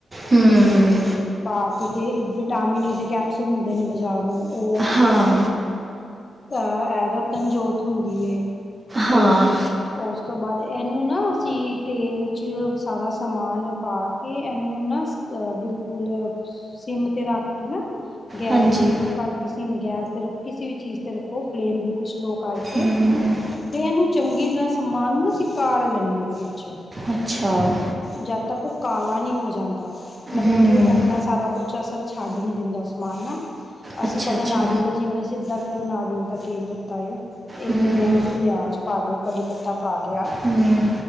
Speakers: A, on the right (about 25°); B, on the left (about 25°).
A: ਹੂੰ
B: ਤੇ ਪਾ ਕੇ ਤੇ ਵਿਟਾਮਿਨ ਈ ਦੇ ਕੈਪਸੂਲ ਮਿਲਦੇ ਨੇ ਬਜ਼ਾਰੋਂ ਇਹ
A: ਹਾਂ
B: ਅ ਰਤਨ ਜੋਤ ਹੁੰਦੀ ਹੈ
A: ਹਾਂ
B: ਉਹ ਉਸ ਤੋਂ ਬਾਅਦ ਇਹਨੂੰ ਨਾ ਅਸੀਂ ਤੇਲ 'ਚ ਸਾਰਾ ਸਮਾਨ ਪਾ ਕੇ ਇਹਨੂੰ ਨਾ ਅ ਬਿਲਕੁਲ ਸਿੰਮ ਤੇ ਰੱਖ ਕੇ ਨਾ ਗੈਸ
A: ਹਾਂਜੀ
B: ਬਿਲਕੁਲ ਘੱਟ ਕੇ ਸਿਮ ਗੈਸ 'ਤੇ ਰੱਖੋ ਕਿਸੇ ਵੀ ਚੀਜ਼ 'ਤੇ ਰੱਖੋ ਫਲੇਮ ਬਿਲਕੁਲ ਸਲੋ ਕਰਕੇ
A: ਹੂੰ
B: ਤੇ ਇਹਨੂੰ ਚੰਗੀ ਤਰ੍ਹਾਂ ਸਮਾਨ ਨੂੰ ਕਾੜ ਲੈਂਦੇ ਇਹਦੇ ਵਿੱਚ
A: ਅੱਛਾ
B: ਜਦ ਤੱਕ ਉਹ ਕਾਲਾ ਨਹੀਂ ਹੋ ਜਾਂਦਾ ਮਤਲਬ
A: ਹੂੰ
B: ਕਿ ਉਹ ਆਪਣਾ ਸਾਰਾ ਕੁਛ ਅਸਰ ਛੱਡ ਨੀ ਦਿੰਦਾ ਉਸ ਸਮਾਨ ਨਾ ਅਸੀਂ
A: ਅੱਛਾ
B: ਪੈਲਾਂ
A: ਅੱਛਾ
B: ਨਾਰੀਅਲ ਦਾ ਜਿਵੇਂ ਅਸੀਂ ਅੱਧਾ ਕਿਲੋ ਨਾਰੀਅਲ ਦਾ ਤੇਲ ਲਿਤਾ ਹੈ ਇੱਕ
A: ਹੂੰ
B: ਦੋ ਚ ਪਿਆਜ ਵਿਚ ਭਾਵੇ ਕੜੀ ਪੱਤਾ ਪਾ ਲਿਆ
A: ਹੂੰ